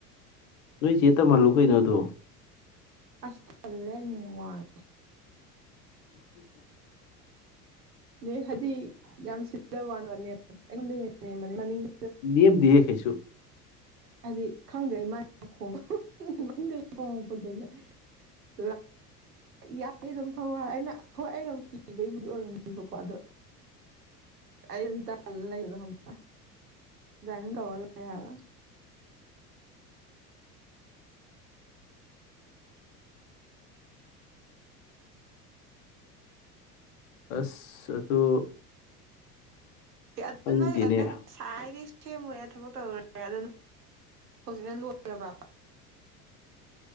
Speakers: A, on the left; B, on the right.
A: ꯅꯣꯏ ꯆꯦ ꯇꯝꯍꯜꯂꯨ ꯀꯩꯅꯣꯗꯣ
B: ꯑꯁꯂꯦ ꯅ ꯋꯥ ꯅꯦ ꯍꯥꯏꯗꯤ ꯌꯥꯝ ꯁꯤꯟꯖꯕꯅ ꯀ <unintelligible>
A: ꯅꯦꯝꯗꯦꯌꯦ ꯀꯩꯁꯨ
B: ꯑꯗꯤ ꯈꯪꯗꯦ ꯑꯩ ꯃꯥꯏ ꯃꯈꯣꯡꯗꯨ <unintelligible> ꯌꯥꯅꯤ ꯑꯗꯨꯝꯧꯔ ꯑꯩꯅꯣꯏ ꯑꯩꯅꯕꯨ ꯀꯤꯕꯒꯤꯕꯨꯗꯤ ꯑꯣꯏꯔꯝꯅꯤꯕꯀꯣ ꯑꯗꯣ ꯑꯩ ꯑꯗꯨꯝ ꯇ ꯂꯩꯕꯗ ꯑꯗꯨꯃꯥꯏꯅ ꯇꯧꯔ ꯂꯕ
A: ꯑꯁ ꯑꯗꯨ
B: ꯑꯗꯨꯅ
A: ꯈꯪꯗꯦꯅꯦ
B: ꯁꯥꯏ <unintelligible> ꯁꯦꯝꯃꯨꯔꯦ ꯊꯕꯛ ꯇꯧꯔꯨꯔꯦ ꯑꯗꯨꯅ ꯍꯧꯖꯤꯛꯅ ꯂꯣꯏꯔꯕ